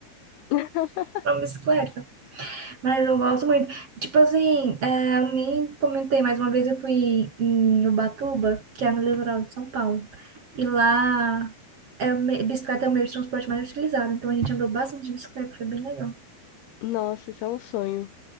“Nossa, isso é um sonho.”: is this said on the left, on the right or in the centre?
Left